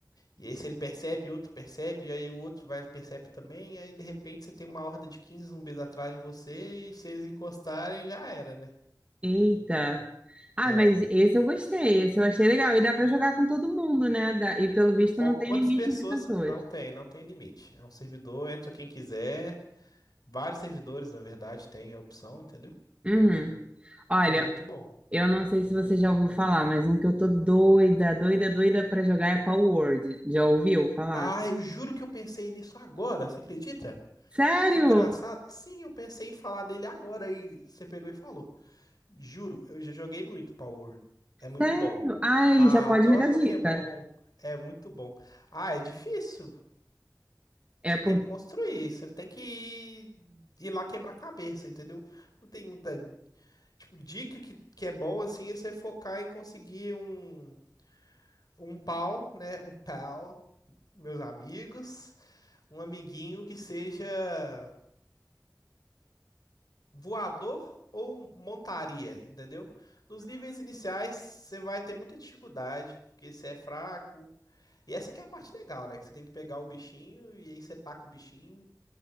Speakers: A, on the left; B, on the right.
A: E aí, se ele percebe, outro percebe, e aí o outro vai percebe também, e aí de repente você tem uma horda de 15 zumbis atrás de você, e se eles encostarem, já era, né?
B: Eita! Ah,
A: É.
B: mas esse eu gostei, esse eu achei legal. E dá pra jogar com todo mundo, né? Dá- E pelo visto
A: Qual-
B: não tem
A: quantas
B: limite
A: pessoas
B: de pessoas.
A: não tem, não tem limite. É um servidor, entra quem quiser. Vários servidores, na verdade, tem a opção, entendeu?
B: Uhum. Olha,
A: É muito bom.
B: eu não sei se você já ouviu falar, mas um que eu tô doida, doida, doida pra jogar é Power Word. Já ouviu falar?
A: Ah, eu juro que eu pensei nisso agora, você acredita?
B: Sério?
A: Que engraçado. Sim, eu pensei em falar dele agora e você pegou e falou. Juro, eu já joguei muito Power. É muito
B: Sério?
A: bom.
B: Ai,
A: Ah,
B: já pode
A: adoro
B: me dar
A: Pokémon.
B: dica.
A: É muito bom. Ah, é difícil.
B: É
A: Você
B: por...
A: tem que construir, você tem que ir, ir lá quebrar cabeça, entendeu? Não tem muita, tipo, dica que, que é bom assim é você focar em conseguir um um pau, né? Um pal, meus amigos, um amiguinho que seja voador ou montaria, entendeu? Nos níveis iniciais, você vai ter muita dificuldade, porque você é fraco. E essa que é a parte legal, né? Que você tem que pegar o bichinho e aí você taca o bichinho